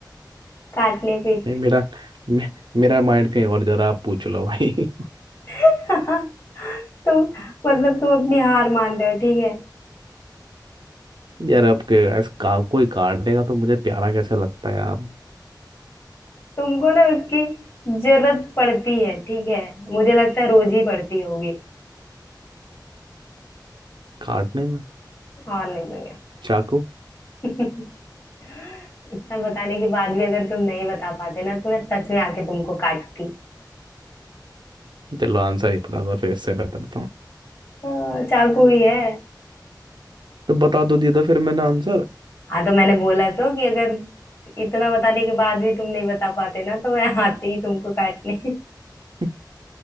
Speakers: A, on the left; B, on the right.
A: काटने पीट
B: नहीं मेरा मे, मेरा माइंड कहीं और जरा आप पूछ लो भाई
A: <laughs> तुम
B: <laughs>
A: मतलब तुम अपनी हार मान रहे हो ठीक है
B: यार आपके ऐसा का, कोई काटनेगा तो मुझे प्यारा कैसे लगता है यार
A: तुमको ना उसकी जरूरत पड़ती है ठीक है मुझे लगता है रोज ही पड़ती होगी
B: काटने में
A: और नहीं तो क्या
B: चाकू
A: <laughs> इतना बताने के बाद भी अगर तुम नहीं बता पाते ना तो मैं सच में आके तुमको काटती
B: चलो आंसर ही पता था फिर इससे बेहतर था
A: हाँ, चाकू ही है
B: तो बता दो दिया था फिर मैंने आंसर
A: हाँ तो मैंने बोला तो कि अगर इतना बताने के बाद भी तुम नहीं बता पाते ना तो मैं आते ही तुमको काटने
B: <laughs>